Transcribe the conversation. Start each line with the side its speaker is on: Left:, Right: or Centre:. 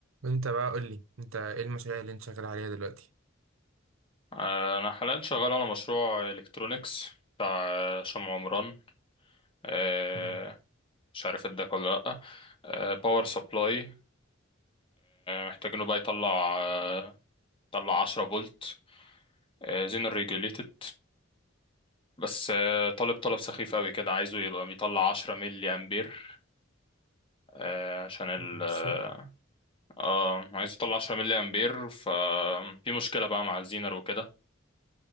Right: انت بقى قول لي انت ايه المشاريع اللي انت شغال عليها دلوقتي
Left: آه، انا حاليا شغال على مشروع الكترونيكس بتاع آه، شمع عمران آه،
Right: امم
Left: مش عارف اداك ولا لا باور سبلاي محتاجينه بقى يطلع آه، يطلع 10 فولت زينر ريجوليتد بس آه، طالب طلب سخيف قوي كده عايزه يبقى بيطلع 10 ملي امبير آه، عشان ال
Right: ماشي
Left: اه آه، عايز يطلع 10 ملي امبير ففي مشكلة بقى مع الزينر وكده